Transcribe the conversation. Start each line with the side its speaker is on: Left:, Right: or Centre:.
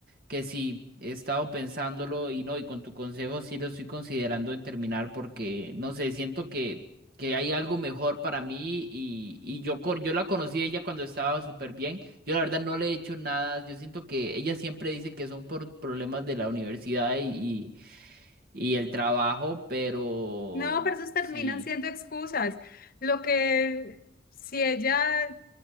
Right: que sí, he estado pensándolo y no, y con tu consejo sí lo estoy considerando en terminar porque, no sé, siento que, que hay algo mejor para mí y, y yo, con- yo la conocí a ella cuando estaba súper bien. Yo la verdad no le he hecho nada. Yo siento que ella siempre dice que son por problemas de la universidad y, y el trabajo, pero
Left: No, pero esos terminan
Right: sí,
Left: siendo excusas. Lo que si ella